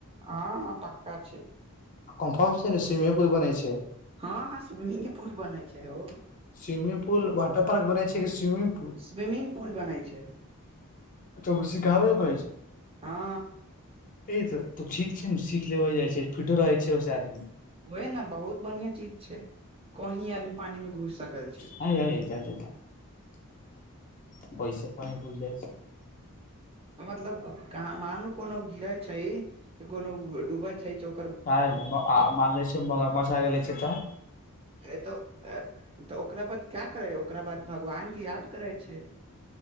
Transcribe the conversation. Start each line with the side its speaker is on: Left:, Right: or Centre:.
Right: हँ पक्का छै
Left: कन्फर्म छै ने स्विमिंग पुल बनै छै
Right: हँ हँ स्विमिंग पुल बनै छै ओ
Left: स्वमिंग पूल वाटर पार्क बनए छै कि स्विमिंग पुल
Right: स्विमिंग पुल बनै छै
Left: तब सिखाबे कहै छै
Right: हँ
Left: ए तऽ तो ठीक छै ने सीख लेबो जाइ छै फिटो रहै छै ओहिसे आदमी
Right: ओहे ने बहुत बढ़िया चीज छै कही आदमी पानी में घूस सकल छै
Left: छै <unintelligible>
Right: मतलब कह मान कोनो गिरे छै कोनो डूबे छै च <unintelligible>
Left: क मान छै म मौसा गेलै छै तऽ
Right: हे तऽ तऽ ओकरा बाद क्या करै ओकरा बाद भगवान के याद करै छै